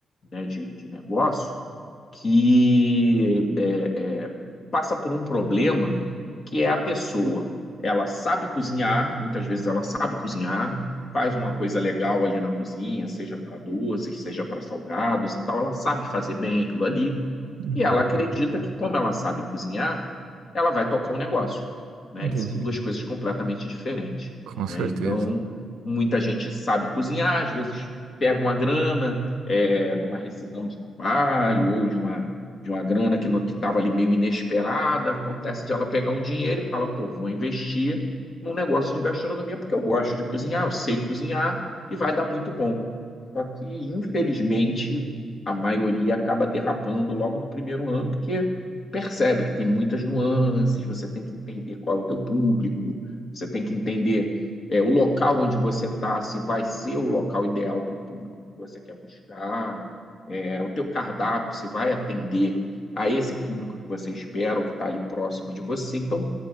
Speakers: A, on the left; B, on the right.
A: né, de, de negócio que é, é, passa por um problema que é a pessoa. Ela sabe cozinhar, muitas vezes ela sabe cozinhar, faz uma coisa legal ali na cozinha, seja para doces, seja para salgados e tal, ela sabe fazer bem aquilo ali,
B: Uhum.
A: e ela acredita que, como ela sabe cozinhar, ela vai tocar um negócio, né?
B: Entendi.
A: E são duas coisas completamente diferentes,
B: Com
A: né?
B: certeza.
A: Então, muita gente sabe cozinhar, às vezes pega uma grana é, de uma rescisão de trabalho ou de uma, de uma grana que estava ali meio inesperada. Acontece de ela pegar um dinheiro e fala, pô, vou investir num negócio de gastronomia porque eu gosto de cozinhar, eu sei cozinhar e vai dar muito bom. Só que, infelizmente, a maioria acaba derrapando logo no primeiro ano, porque percebe que tem muitas nuances, você tem que entender qual é o teu público, você tem que entender é, o local onde você está, se vai ser o local ideal para o público que você quer buscar, é, o teu cardápio, se vai atender a esse público que você espera ou que está ali próximo de você. Então,